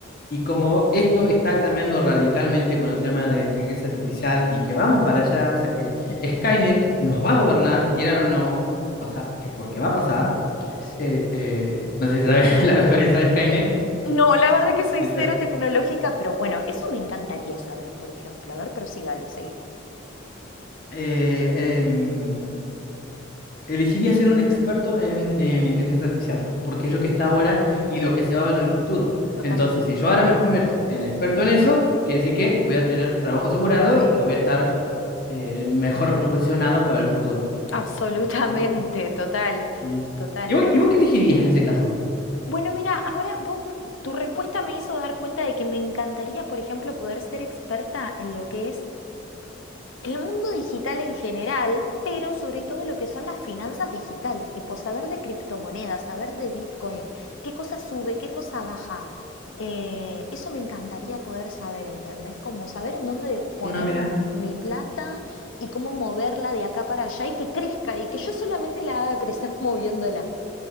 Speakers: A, on the left; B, on the left.
A: y como esto está cambiando radicalmente con el tema de la inteligencia artificial y que vamos para allá, o sea, que
B: Ujú,
A: Skynet nos va a gobernar, quieran o no, o sea, que porque va a pasar,
B: Sí.
A: eh, eh, no sé si sabes <laughs> la referencia de Skynet,
B: No, la verdad que soy
A: Deter-
B: cero tecnológica, pero bueno, eso me encantaría saber, por ejemplo. A ver, pero sí, dale, sí.
A: eh, em, elegiría ser un experto en, en inteligencia artificial, porque es lo que está ahora y lo que se va a ver en el futuro.
B: Totalmente.
A: Entonces, si yo ahora me convierto en experto en eso, quiere decir que voy a tener trabajo asegurado y que voy a estar eh, mejor posicionado para el futuro.
B: Absolutamente,
A: Yo-
B: total,
A: y,
B: total.
A: ¿Y vos, y vos qué elegirías en ese caso?
B: Bueno, mira, ahora vos, tu respuesta me hizo dar cuenta de que me encantaría, por ejemplo, poder ser experta en lo que es el mundo digital en general, pero sobre todo lo que son las finanzas digitales, tipo saber de criptomonedas, saber de Bitcoin, qué cosa sube, qué cosa baja. Eh, eso me encantaría poder saber, ¿entendés? Como saber en dónde poner
A: No, mira,
B: m- mi plata y cómo moverla de acá para allá y que crezca y que yo solamente la haga crecer <laughs> moviéndola,